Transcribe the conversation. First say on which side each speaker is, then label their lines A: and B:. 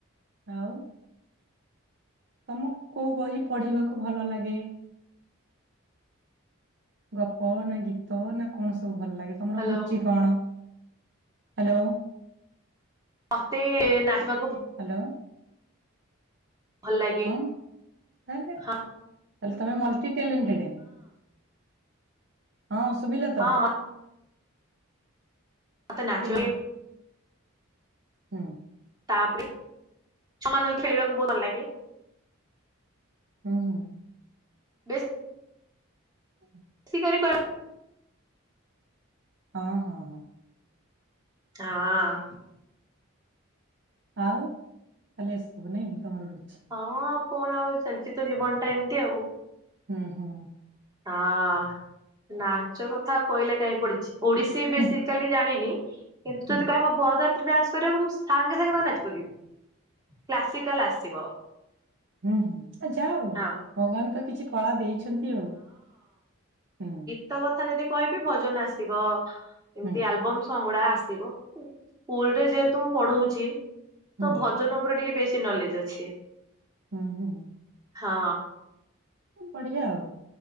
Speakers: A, on the right (about 55°); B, on the right (about 20°).
A: ଆଉ ତମକୁ କୋଉ ବହି ପଢିବାକୁ ଭଲ ଲାଗେ? ଗପ ନା ଗୀତ ନା କଣ ସବୁ ଭଲ ଲାଗେ ତମର
B: ହ୍ୟାଲୋ
A: ରୁଚି କଣ? ହ୍ୟାଲୋ
B: ମତେ ନାଚିବାକୁ ଭଲ
A: ହ୍ୟାଲୋ
B: ଭଲ ଲାଗେ।
A: ତା ତା
B: ହଁ
A: ତମ ମଲଟି ଟେଲେଟେଡ <unintelligible> ହଁ ସୁବିଲା ତ।
B: ହଁ ମତେ
A: ତ
B: ନାଚିବା
A: କି ହୁଁ <unintelligible>
B: ତାପରେ ଛୁଆ ମାନଙ୍କ ଖେଳିବାକୁ ବହୁତ ଭଲ ଲାଗେ।
A: ହୁଁ ହଁ।
B: ବେଶ <inaudible>
A: ହୁଁ <unintelligible>
B: <unintelligible> କରି
A: ହଁ ହଁ ହଁ।
B: ହଁ।
A: ଆଉ ତାହଲେ ଏସବୁ ନାଇଁ ତମର ରୁଚି
B: ହଁ କଣ ଆଉ ଚାଲିଛି ତୋ ଜୀବନ ଟା ଏମିତି ଆଉ।
A: ହୁଁ ହୁଁ।
B: ହଁ ନାଚ କଥା ଆଉ କହିଲେ କାହିଁ ପଡିଛି। ଓଡିଶୀ ବେସିକାଲି
A: ହୁଁ
B: ଜାଣିନି କିନ୍ତୁ
A: ହୁଁ
B: ଯଦି କହିବ ବରଯାତ୍ରୀ ଡାନ୍ସ କରିବାକୁ ମୁଁ ସାଙ୍ଗେ ସାଙ୍ଗେ ତ ନାଚି ପକେଇବି କ୍ଲାସିକାଲ ଆସିବ।
A: ଏ ହଁ ଏ ଯା ହଉ
B: ହଁ
A: ଭଗବାନ ତ କିଛି କଳା ଦେଇଛନ୍ତି ଆଉ। ହଁ।
B: ତ କଥା ଯଦି କହିବି ଭଜନ ଆସିବ, ଏମିତି
A: ହୁଁ
B: ଆଲବମ୍ ସଙ୍ଗ ଗୁଡା ଆସିବ ସ୍କୁଲ୍ ରେ ଯେହେତୁ ମୁଁ ପଢଉଛି
A: ହୁଁ
B: ତ ଭ ଜନ ଉପରେ ଟିକେ ବେଶୀ ନଲେଜ୍ ଅଛି।
A: ହୁଁ, ହୁଁ।
B: ହଁ।
A: ଉଁ, ପଢିବା ଆଉ।